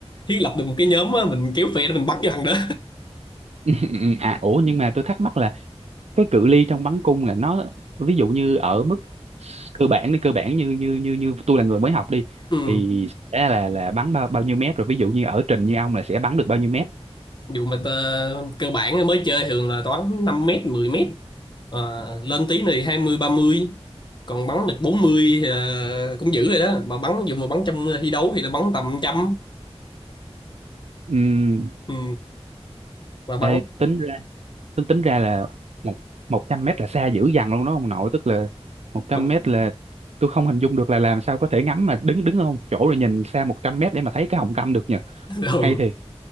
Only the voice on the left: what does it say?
thiết lập được một cái nhóm á, mình kéo phe để mình bắn cho thằng đó
ừ.
Dù mà tơ, cơ bản mới chơi thường là toán năm mét mười mét à, lên tí này hai mươi, ba mươi, còn bắn được 40 thì ờ, cũng dữ rồi đó mà bắn dù mà bắn trong thi đấu thì nó bắn tầm trăm
ừ. mà bắn
không
<laughs> ừ.